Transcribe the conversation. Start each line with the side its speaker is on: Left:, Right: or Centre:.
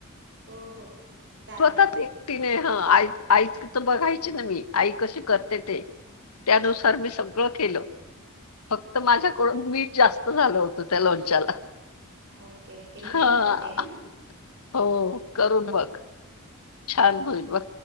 Right: हो हो चालेल
Left: स्वतः
Right: चालेल
Left: तिने ह, आ आई तर बघायची ना मी आई कशी करते
Right: हं
Left: ते. त्यानुसार मी सगळ केल. फक्त माझ्याकडून मीठ जास्त झाल होत त्या लोणच्याला.
Right: ओके ओके
Left: हा
Right: मी बनवते ह.
Left: हो करून बघ. छान होईल बघ.